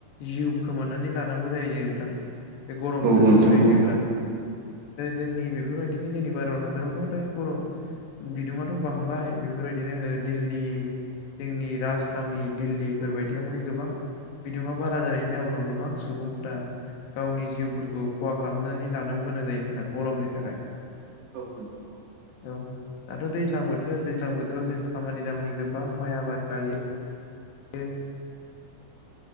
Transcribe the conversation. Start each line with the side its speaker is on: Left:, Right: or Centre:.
Left: जिउ खोमानानै लानांगौ जायो जे नोंथां बे गरम
Right: औ
Left: बोथोर
Right: नोंथां
Left: सफैयोब्ला।
Right: औ
Left: जोंनि बेफोरबायदिनो जोंनि भारत हादरावथ' दा गरम बिदुुङाथ' बांबाय बेफोर बायदिनो दिल्ली जोंनि राजथावनि दिल्लीफोर बायदियाव माने गोबां बिदुङा बारा जानायनि जाउनाव गोबां सुबुंफोरा गावनि जिउफोरखौ खहा खालामनानै लानांगौ गोनां जायो नोंथां गरमनि थाखाय।
Right: औ औ
Left: औ दाथ' दैज्लां बोथोर दैज्लां बोथोराव जों खामानि दामानि गोबां माइ आबाद गायो। औ